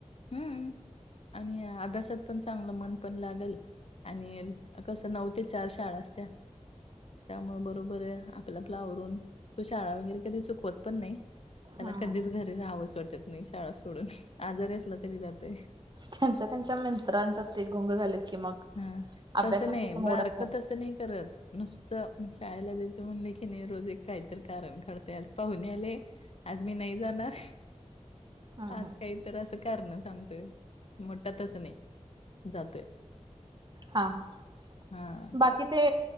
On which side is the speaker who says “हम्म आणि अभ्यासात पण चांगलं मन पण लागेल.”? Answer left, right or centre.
Left